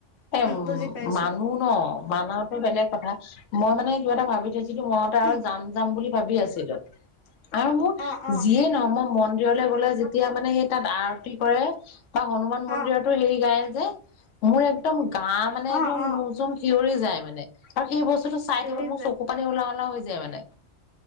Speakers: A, on the left; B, on the left.
A: এ উম
B: বুজি পাইছো
A: মানুহ ন মানওঁতে বেলেগ কথা মই মানে কিবা এটা ভাবি থৈছিলো মইতে আৰু
B: উম
A: যাম যাম বুলি ভাবি আছিলো। আৰু মোৰ
B: অ অ
A: যিয়ে ন মই মন্দিৰলৈ গলে যেতিয়া মানে সেই তাত আৰতি কৰে। বা হনুমান মন্দিৰতো
B: অ
A: হেৰি গায়ে যে মোৰ একদম গা মানে একদম
B: অ অ
A: নুম চুম খিঞৰি যায় মানে আৰু সেই বস্তুটো চাই
B: থিয়ৰি
A: থাকি মোৰ চকু পানী ওলাওঁ ওলাওঁ হৈ যায় মানে